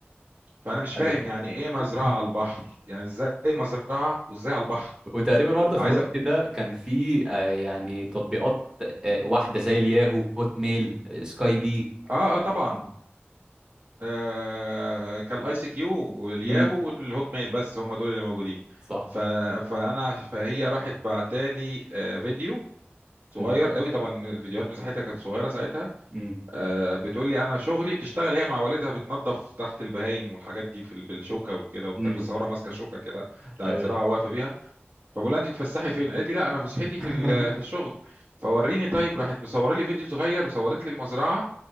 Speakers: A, on the right; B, on the right.
A: فانا مش
B: حلو
A: فاهم
B: <laughs>
A: يعني ايه مزرعه على البحر يعني ازاي مزرعه وازاي على البحر
B: وتقريبا برضه
A: فعايز
B: في الوقت
A: أ-
B: ده كان في آه، يعني تطبيقات آه، واحده زي الياهو هوت ميل آه، سكاي بي
A: اه اه طبعا آه، كالاي سي كيو والياهو
B: امم
A: والهوت ميل بس هم دول اللي موجودين
B: صح
A: ف... فانا فهي راحت بعتالي آه، فيديو صغير
B: امم
A: قوي طبعا الفيديوهات مساحتها كانت صغيره ساعتها
B: امم
A: آه، بتقول لي انا شغلي بتشتغل هي مع والدها بتنظف تحت البهايم والحاجات دي في ال- بالشوكه وكده وكانت
B: امم
A: متصوره ماسكه شوكه كده بتاعت
B: ايوه
A: زراعه واقفه بيها فبقول لها انت تفسحي فين قالت لي لا انا فسحتي في
B: <laughs>
A: ال- في الشغل فوريني طيب راحت مصوره لي فيديو صغير وصورت لي المزرعه